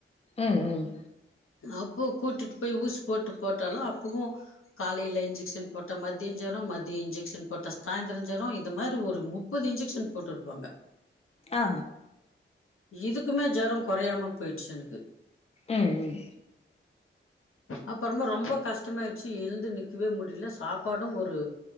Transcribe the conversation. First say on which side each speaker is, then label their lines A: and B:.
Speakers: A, on the left (about 30°); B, on the left (about 80°).
A: ம் ம்
B: அப்போ கூட்டிட்டு போய் ஊசசி போட்டு போட்டாலும் அப்பவும் காலையில இஞ்சு க்ஷன் போட்ட மதியம் ஜோரம் மதியம் இன்ஜெக்ஷன் போட்ட சாய்ந்திர ஜோரம் இது மாரி ஒரு முப்பது இன்ஐக்ஷன் போட்டுருப்பாங்க
A: அ அ
B: இதுக்குமே ஜோரம் கொறையாம போயிடுச்சு எனக்கு
A: ம் ம்
B: அப்றமா ரொம்ப கஷ்டமாயயிடுச்சு எழுந்து நிக்கவே முடி ல்ல சாப்பாடு ஒரு